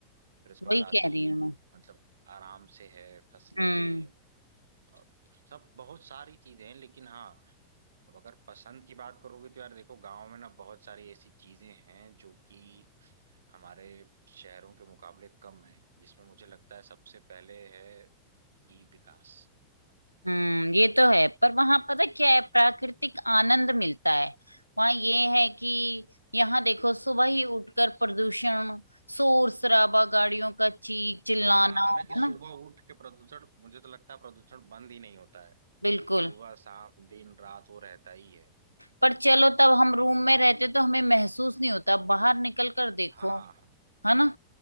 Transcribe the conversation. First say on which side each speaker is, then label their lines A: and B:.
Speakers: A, on the right; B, on the right.
A: फिर उसके
B: वही
A: बाद आदमी
B: कह रही हूँ मैं
A: मतलब आराम से है फसले
B: हम्म
A: हैं और सब बहुत सारी चीजें हैं लेकिन हाँ अब अगर पसंद की बात करोगे तो यार देखो गांव में ना बहुत सारी ऐसी चीजें हैं जो कि हमारे शहरों के मुकाबले कम है जिसमें मुझे लगता है सबसे पहले है कि विकास
B: हम्म ये तो है पर वहां पता क्या है प्राकृतिक आनंद मिलता है वहां ये है कि यहाँ देखो सुबह ही उठकर प्रदूषण शोर शराबा गाड़ियों का चीख चिल्लाना
A: हाँ हालांकि
B: है
A: सुबह
B: ना
A: उठ के प्रदूषण मुझे तो लगता है प्रदूषण बंद ही नहीं होता है
B: बिल्कुल
A: सुबह शाम दिन रात वो रहता ही है
B: पर चलो तब हम रूम में रहते तो हमें महसूस नहीं होता बाहर निकल कर देखो
A: हाँ
B: है ना